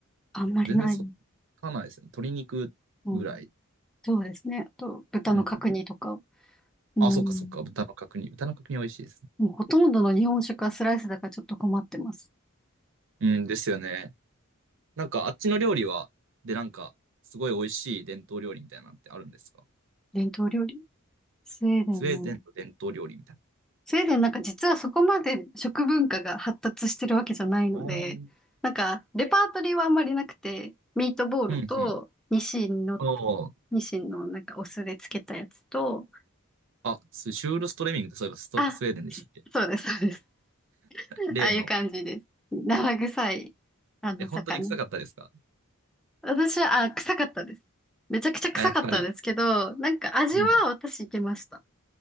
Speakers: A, in the centre; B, on the right (about 60°).
A: あんまりない。
B: 全然そっかないですね。鶏肉ぐらい。
A: うん。そうですね。あと、豚の角煮とか。
B: うん。
A: うん。
B: あ、そうかそうか。豚の角煮。豚の角煮美味しいですね。
A: もうほとんどの日本食はスライスだからちょっと困ってます。
B: うん、ですよね。なんかあっちの料理は、で、なんか、すごい美味しい伝統料理みたいなのってあるんですか
A: 伝統料理。スウェーデンね。
B: スウェーデンの伝統料理みたいな。
A: スウェーデンなんか実はそこまで食文化が発達してるわけじゃないので、
B: あー
A: なんかレパートリーはあんまりなくて、ミートボールとニシンの、
B: うん、うん。あー
A: ニシンのなんかお酢でつけたやつと、
B: あ、スシュールストレミングってそういえばスト、
A: あ、
B: スウェーデンでしたっけ
A: そうです、そうです。<laughs>
B: 例の。
A: ああいう感じです。生臭い、あの、
B: え、本当に臭かったですか
A: 魚。私は、あ、臭かったです。めちゃくちゃ臭かったんですけど、
B: あ、やっぱり。
A: なんか味は私いけました。
B: うん。